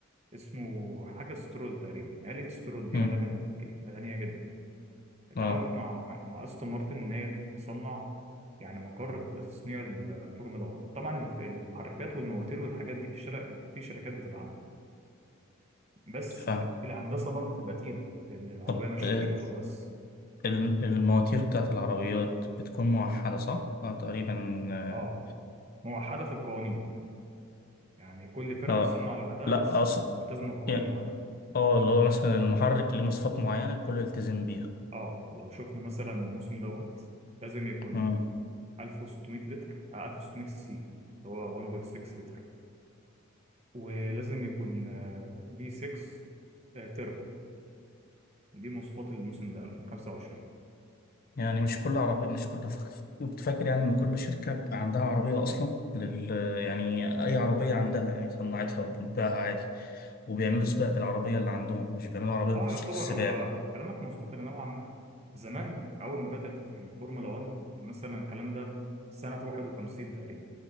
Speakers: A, on the right; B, on the left.
A: اسمه حاجه سترول تقريبا عيله سترول دي
B: امم
A: عيله جامده غنيه جدا اتعاونت
B: اه
A: مع مع مع استون مارتن ان هي تصنع يعني مقر لتصنيع الفورمولا 1 طبعا الف- المحركات والمواتير والحاجات دي في شر... في شركات بتدعمها بس
B: فاهم
A: الهندسه برضه بتبقى تقيله لان العربيه
B: طب
A: مش
B: آه
A: مش موتور بس
B: الم- المواتير بتاعت العربيات بتكون موحدة صح؟ اه تقريبا اه
A: اه موحده في القوانين يعني كل فرقه
B: آه.
A: تصنع لوحدها
B: لا
A: بس
B: اقصد
A: ملتزمه بقوانين
B: يعني
A: معينه
B: اه اللي هو مثلا المحرك ليه مواصفات معينة الكل يلتزم بيها
A: اه لو شفنا مثلا الموسم دوت لازم يكون
B: مم.
A: 1600 لتر آه 1600 سي سي هو 1.6 لتر ولازم يكون في 6 تربو دي مواصفات الموسم ده 2025
B: يعني مش كل عربية مش كل ف- كنت فاكر يعني إن كل شركة بيبقى عندها عربية أصلا لل... يعني أي عربية عندها يعني صنعتها وبتبيعها عادي وبيعملوا سباق بالعربية اللي عندهم مش بيعملوا عربية
A: اه
B: بخصوص
A: يعتبر
B: السباق
A: هو كلامك مظبوط الى نوعا ما زمان اول ما بدات الفورمولا 1 مثلا الكلام ده سنه 51 تقريبا